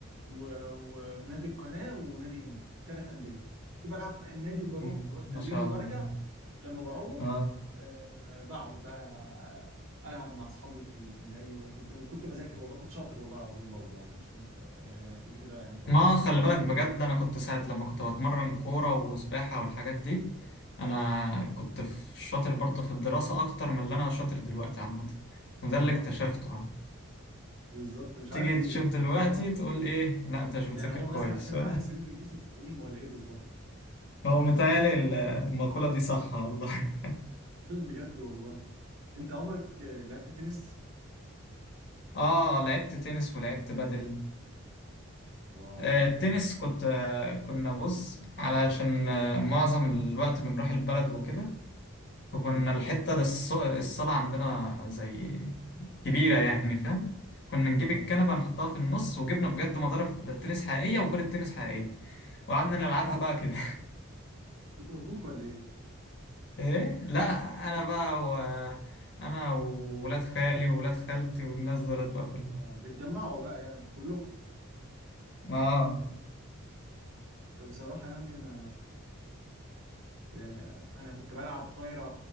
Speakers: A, on the right; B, on the left.
A: و- ونادي القناه ونادي ام بي ثلاث انديه كنت بلعب في النادي وبروح
B: أمم،
A: التمرين
B: ما شاء
A: وبرجع
B: الله
A: لما بروح
B: اه
A: آه، بقعد بقى آه، العب مع اصحابي في ال- في النادي وكنت وكنت بذاكر والله كنت شاطر والله العظيم برضه يعني مش كنت اي حاجه انا كده كده يعني خلاص
B: ما
A: ان
B: خلي
A: شاء الله
B: بالك بجد انا كنت ساعة لما كنت بتمرن كورة وسباحة والحاجات دي انا كنت في- شاطر برضه في الدراسة اكتر من اللي انا شاطر دلوقتي عامة وده
A: بالظبط
B: اللي اكتشفته يعني.
A: بالظبط مش
B: تيجي
A: عارف ليه
B: تشوف دلوقتي
A: يعني هو
B: تقول ايه لا انت مش بتذاكر
A: يعني هو
B: كويس
A: مثلا عشان العقل
B: <laughs>
A: السليم في الجسم السليم ولا ايه بالظبط
B: هو متهيألي ال- المقولة دي صح والله
A: بتكلم بجد والله انت عمرك آه، لعبت تنس
B: <laughs> اه لعبت تنس ولعبت بدل
A: واو
B: آه، التنس
A: انا
B: كنت آه، كنا بص علشان آه، معظم الوقت بنروح البلد وكده فكنا
A: اه
B: الحتة ده الص- الصالة عندنا زي كبيرة يعني فاهم كنا نجيب
A: اه
B: الكنبة نحطها في النص وجبنا بجد مضارب تنس حقيقية وكرة تنس حقيقية وقعدنا نلعبها
A: لا
B: بقى كده
A: انت واخوك ولا ايه
B: <laughs> ايه لا
A: انت
B: انا
A: واخوك
B: بقى و... انا وولاد خالي وولاد خالتي والناس دولت بقى كلهم
A: اه بتجمعوا بقى يعني كلكم
B: اه
A: بصراحة يعني انا يعني انا كنت بلعب طايرة